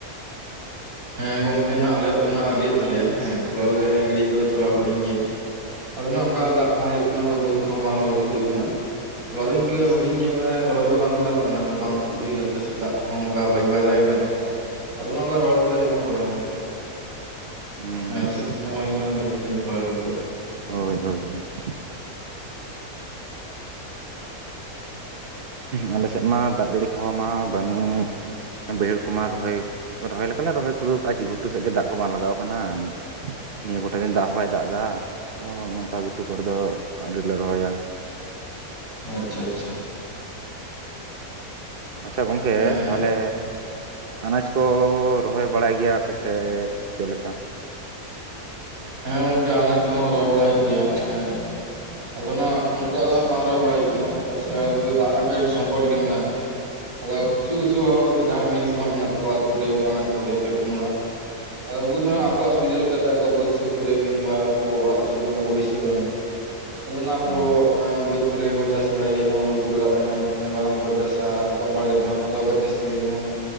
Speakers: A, on the right (about 65°); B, on the right (about 45°).
A: ᱦᱮᱸ ᱜᱚᱝᱠᱮ ᱱᱟᱦᱟᱜ ᱟᱞᱮᱭᱟᱜ ᱫᱚ ᱱᱟᱜ ᱟᱹᱣᱨᱤᱭᱟᱜ ᱛᱟᱞᱮᱭᱟ ᱦᱮᱸ ᱛᱚᱞᱟᱞᱮ ᱜᱤᱰᱤ ᱠᱟᱫᱟ ᱛᱚᱞᱟ ᱦᱩᱰᱤᱧ ᱜᱮᱭᱟ᱾ ᱟᱫᱚ ᱱᱟᱜ ᱚᱝᱠᱟ ᱫᱟᱜ ᱠᱚᱦᱚᱸ ᱟᱸᱡᱮᱫ ᱟᱠᱟᱱᱟ ᱫᱚ ᱵᱟᱹᱫᱽ ᱠᱚᱦᱚᱸ ᱵᱟᱝ ᱞᱚᱥᱚᱫ ᱦᱩᱭᱩᱜ ᱠᱟᱱᱟ᱾ ᱛᱚᱞᱟ ᱫᱚ ᱤᱱᱠᱟᱹ ᱦᱩᱰᱤᱧ ᱜᱮ ᱢᱟᱱᱮ ᱨᱚᱦᱚᱭ ᱫᱚ ᱜᱟᱱ ᱫᱚ ᱜᱟᱱᱚᱜᱼᱟᱦᱟᱸᱜ ᱫᱚ ᱵᱟᱝ ᱛᱩᱫ ᱦᱩᱭ ᱟᱠᱟᱱᱟ ᱪᱮᱫᱟᱜ ᱥᱮ ᱫᱟᱜ ᱠᱚᱼᱼ ᱠᱚᱸᱦᱚ ᱚᱝᱠᱟ ᱵᱷᱟᱜᱤ ᱵᱟᱭ ᱫᱟᱜ ᱜᱮᱫᱟ ᱟᱫᱚ ᱱᱟᱜ ᱚᱝᱠᱟ ᱨᱚᱦᱚᱲ ᱨᱮᱫᱚᱼᱼ ᱪᱮᱠᱟᱢ ᱨᱚᱦᱚᱭ ᱟᱱᱟᱜ
B: ᱦᱩᱸ
A: ᱦᱮᱸ ᱞᱚᱥᱚᱫ ᱧᱚᱜ ᱦᱩᱭ ᱞᱮᱱᱠᱷᱟᱱ ᱠᱟᱹᱡ ᱵᱷᱟᱜᱤ ᱧᱚᱜ ᱨᱚᱦᱚᱭ ᱦᱩᱭ ᱠᱚᱜᱼᱟ᱾
B: ᱦᱳᱭ ᱦᱳᱭ ᱦᱳᱭ᱾ ᱟᱞᱮ ᱥᱮᱫ ᱢᱟ ᱫᱟᱜ ᱡᱟᱹᱲᱤ ᱠᱚ ᱢᱟ ᱵᱟᱹᱱᱩᱜ ᱵᱟᱹᱭᱦᱟᱹᱲ ᱠᱚᱢᱟ ᱨᱚᱦᱚᱭᱼᱼ ᱚᱱᱠᱟ ᱨᱚᱦᱚᱭ ᱞᱮᱠᱟᱞᱮ ᱨᱚᱦᱚᱭ ᱯᱩᱨᱟᱹᱣ ᱠᱟᱜᱼᱟ ᱡᱮ ᱵᱩᱴᱩ ᱥᱮᱫ ᱜᱮ ᱫᱟᱜ ᱠᱚ ᱵᱟᱝ ᱞᱟᱜᱟᱣ ᱟᱠᱟᱱᱟ᱾ ᱱᱤᱭᱟᱹ ᱠᱚᱴᱟ ᱫᱤᱱ ᱫᱟᱜ ᱦᱚᱸ ᱵᱟᱭ ᱫᱟᱜ ᱮᱫᱟ ᱱᱚᱜᱼᱚᱭ ᱱᱚᱝᱠᱟ ᱜᱷᱩᱴᱩ ᱠᱚᱨᱮ ᱫᱚ ᱟᱣᱨᱤᱞᱮ ᱨᱚᱦᱚᱭᱟ᱾
A: ᱟᱪᱪᱷᱟ ᱟᱪᱪᱷᱟ᱾
B: ᱟᱪᱪᱷᱟ ᱜᱚᱝᱢᱠᱮ
A: ᱦᱮᱸ
B: ᱛᱟᱦᱚᱞᱮᱼᱼ ᱟᱱᱟᱡᱽ ᱠᱚ ᱨᱚᱦᱚᱭ ᱵᱟᱲᱟᱭ ᱜᱮᱭᱟᱯᱮᱥᱮ ᱪᱮᱫᱞᱮᱠᱟ?
A: ᱦᱮᱸ ᱜᱚᱝᱠᱮ ᱟᱱᱟᱡ ᱠᱚᱦᱚᱸ ᱨᱚᱦᱚᱭ ᱵᱟᱲᱟ ᱦᱩᱭᱩᱜ ᱜᱮᱭᱟ ᱦᱮᱸ᱾
B: <inaudible>
A: ᱟᱫᱚ ᱱᱟᱸᱜ ᱩᱱᱟᱹᱜᱴᱟᱜ ᱫᱚ ᱦᱟᱸᱜ ᱵᱟᱝ ᱨᱚᱦᱚᱭ ᱵᱟᱲᱟ ᱦᱩᱭᱩᱜ ᱠᱟᱱᱟ ᱪᱟᱜ ᱥᱮ ᱟᱞᱮ ᱚᱱᱛᱮ ᱫᱚ ᱫᱟᱜ ᱨᱮᱱᱟᱜ ᱜᱮ ᱟᱹᱰᱤ ᱥᱚᱝᱠᱚᱴ ᱜᱮ ᱢᱮᱱᱟᱜᱼᱟ᱾ ᱟᱫᱚ ᱠᱤᱪᱷᱩ ᱠᱤᱪᱷᱩ ᱦᱚᱲ ᱡᱟᱦᱟᱸᱭ ᱢᱤᱱᱤ ᱠᱚ ᱦᱟᱸᱜ ᱢᱮᱱᱟᱜ ᱛᱟᱠᱚᱣᱟ ᱟᱛᱳ ᱨᱮ ᱚᱝᱠᱟ ᱢᱮᱱᱟᱜ ᱛᱟᱠᱚ ᱜᱮᱭᱟ ᱯᱮ ᱯᱩᱱ ᱦᱚᱲᱟᱜᱼᱼ ᱟᱫᱚ ᱩᱱᱠᱩ ᱫᱚ
B: ᱦᱩᱸ
A: ᱦᱟᱸᱜ ᱟᱠᱚᱣᱟᱜ ᱥᱩᱵᱤᱫᱷᱟ ᱞᱮᱠᱟᱛᱮ ᱟᱠᱚᱣᱟᱜ ᱵᱟᱹᱫ ᱥᱩᱨ ᱠᱚᱨᱮ ᱠᱤᱝᱵᱟ ᱟᱠᱚ ᱚᱲᱟᱜ ᱥᱩᱨ ᱨᱮ ᱚᱝᱠᱟ ᱠᱚ ᱵᱟᱹᱭᱥᱟᱹᱣ ᱠᱟᱣᱱᱟ᱾ ᱟᱫᱚ ᱱᱟ
B: ᱦᱩᱸ
A: ᱠᱚ ᱵᱟᱹᱛᱼᱼ ᱦᱩᱲᱩ ᱠᱚᱠᱚ ᱪᱟᱥ ᱵᱟᱲᱟᱭ ᱜᱮᱭᱟ ᱡᱮᱢᱚᱱ ᱦᱩᱲᱩ ᱠᱚ ᱨᱟᱠᱟᱵ ᱞᱮᱱᱠᱷᱟᱱ ᱵᱟᱫᱟᱢ ᱠᱚᱠᱚ ᱪᱟᱥᱟ ᱟᱨ ᱟᱠᱚᱣᱟᱜ ᱵᱟᱲᱜᱮ ᱨᱮ ᱫᱚ ᱦᱟᱸᱜ ᱱᱤᱛᱚᱜ ᱦᱚᱸᱠᱚ ᱪᱟᱥᱮᱫ ᱜᱮᱭᱟ ᱡᱮᱢᱚᱱᱼᱼ